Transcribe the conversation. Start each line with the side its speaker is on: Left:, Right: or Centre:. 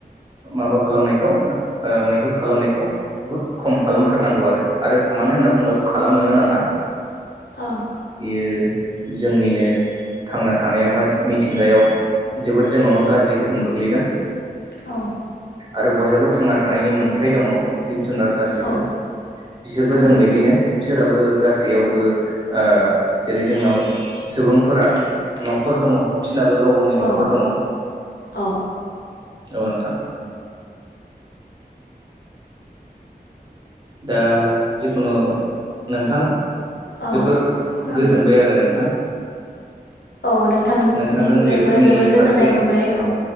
Right: माबा खालामनायखौ ओ मैहुर खालामनायखौ बुहुद खम खालामथारनांगौ आरो आरो मानो होनना बुङोब्ला खालामनोनो नाङा
Left: ओ
Right: बियो जोंनिनो थांना थानायावहाय मिथिंगायाव जोबोद जोंनावनो गाज्रि गोहोम गोग्लैगोन
Left: औ
Right: आरो बयहाबो थांना थानायनि मोनथाय दङ जिब जुनार गासिबो
Left: औ
Right: बिसोरबो
Left: औ
Right: जोंबायदिनो बिसोराबो गासैयावबो ओ जेरै जोंनाव सुबुंफोरा न'खर दङ बिसिनाबो गाव गावनि
Left: औ
Right: न'खर दङ
Left: औ
Right: औ नोंथां दा जिखुनु नोंथां
Left: औ
Right: जोबोर
Left: खोनादों
Right: गोजोनबाय आरो नोंथां
Left: औ नोंथांनिफ्रायबो
Right: नोंथांजों बेफोरनि
Left: जोबोर
Right: फारसे
Left: गोजोननाय मोनबाय औ